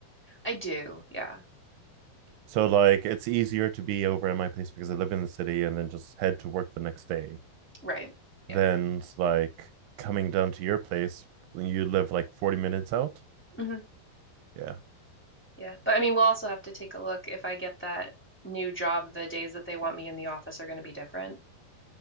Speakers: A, in the centre; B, on the right.
A: I do. Yeah.
B: So like it's easier to be over at my place because I live in the city and then just head to work the next day
A: Right.
B: Then,
A: Yeah.
B: like coming down to your place you live like 40 minutes out.
A: hmm
B: Yeah.
A: Yeah. But I mean, we'll also have to take a look if I get that new job, the days that they want me in the office are going to be different.